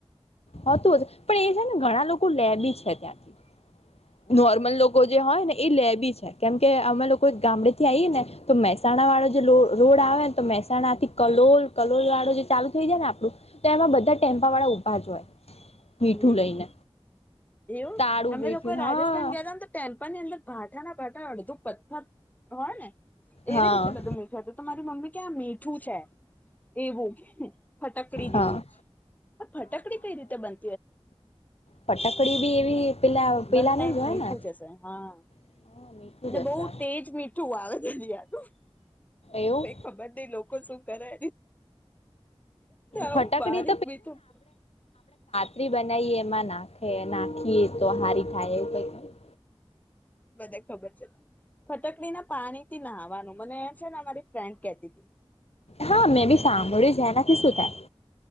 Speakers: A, on the left; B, on the left.
A: હતું જ પણ એ છે ને ઘણા લોકો લેબી છે ત્યાંથી નોર્મલ લોકો જે હોય ને એ લેબી છે કેમ કે અમે લોકો ગામડે થી આવીઈએ ને તો મહેસાણા વાળો જે રોડ આવે ને તો મહેસાણા થી કલોલ કલોલ વાળો જે ચાલુ થઈ જાય ને આપણું તો એમાં બધા ટેમ્પા વાળા ઊભા જ હોય. મીઠું
B: હમ
A: લઈને
B: એવું
A: તાળું
B: અમે
A: મીઠું
B: તો કોઈ રાજસ્થાન
A: હા
B: ગયા હતા ત પલ ની અંદર ભાટાના ભાટા અડધો પત્થર હોય ને
A: હા
B: એવી રીતે બધું મીઠું હતું તો મારી મમ્મી ક્યાં મીઠું છે એવું હ. ફટકડી
A: હા
B: જેવું આ ફટકડી કઈ રીતે બન
A: પટાકડી ભી એવી પેલા પેલા
B: વન ટાઈમ
A: ની જ હોય
B: મીઠું
A: ને
B: જ હશે હા.
A: હા, મીઠું
B: ને
A: જ
B: બહુ
A: હશે
B: તેજ મીઠું આવે છેજી આનું
A: એવું
B: કઈ ખબર નઈ લોકો શું કરે આવું
A: ફટકડી
B: બારીક મીઠું
A: ત બનાવી એમાં નાખે ના ીએ તો હારી થાય એવું કઈક.
B: બધુ ખબર છે ફટકડીના પાણીથી નાહાવાનું મને છે ને મારી ફ્રેન્ડ કેતી હતી.
A: હા મેં બી સાંભળ્યું છે એનાથી શું થાય?